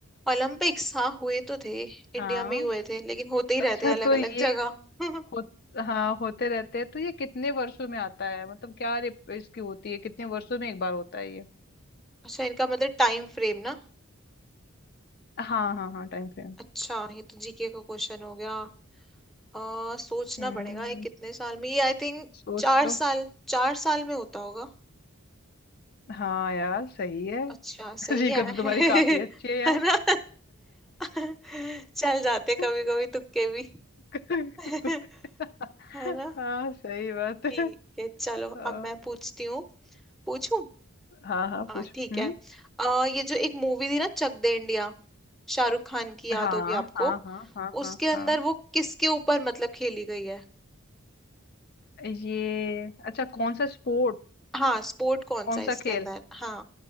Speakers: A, in the centre; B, on the left.
A: ओलंपिक्स हाँ हुए तो थे इंडिया
B: हाँ
A: में ही हुए थे लेकिन होते ही
B: अच्छा
A: रहते अलग
B: तो ये
A: अलग जगह <laughs>
B: हो, हाँ होते रहते हैं तो ये कितने वर्षों में आता है मतलब क्या रिप- इसकी होती है कितने वर्षों में एक बार होता है ये
A: अच्छा इनका मतलब टाइम फ्रेम ना
B: हाँ हाँ हाँ टाइम फ्रेम
A: अच्छा ये तो जीके का क्वेश्चन हो गया आ, सोचना
B: हम्म
A: पड़ेगा ये कितने साल में ये आई थिंक
B: सोच
A: चार
B: लो
A: साल चार साल में होता होगा
B: हाँ यार सही है
A: अच्छा सही
B: <laughs> जीको
A: है
B: तो
A: <laughs>
B: तुम्हारी काफी अच्छी है यार
A: है ना <laughs> चल जाते कभी
B: <laughs>
A: कभी तुक्के भी
B: तुम
A: <laughs> है
B: हाँ
A: ना
B: सही बात
A: ठीक
B: है
A: है चलो
B: हाँ
A: अब मैं पूछती हूँ पूछूं
B: हाँ हाँ,
A: हाँ
B: पूछो
A: ठीक
B: हम्म
A: है आ, ये जो एक मूवी थी ना चक दे इंडिया शाहरुख खान की याद
B: हाँ
A: होगी आपको
B: हाँ हाँ हाँ हाँ
A: उसके अंदर
B: हाँ
A: वो किसके ऊपर मतलब खेली गई है
B: ये अच्छा कौन सा स्पोर्ट
A: हाँ स्पोर्ट कौन
B: कौन
A: सा है इसके
B: सा खेल
A: अंदर हाँ